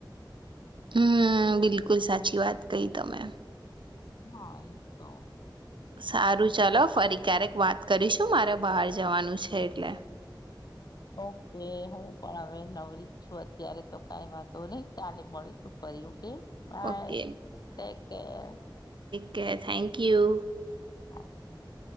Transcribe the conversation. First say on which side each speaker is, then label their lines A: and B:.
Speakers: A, on the right; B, on the left.
A: હમ બિલકુલ સાચી વાત કઈ તમે.
B: હા એ તો
A: સારું ચાલો ફરી ક્યારેક વાત કરીશું મારે બહાર જવાનું છે એટલે.
B: ઓકે હું પણ હવે નવરી જ છું અત્યારે તો કઈ વાંધ નઈ ચાલે મળીશું ફર્યું કે. Bye
A: okay
B: take care.
A: Okay thank you.
B: <inaudible>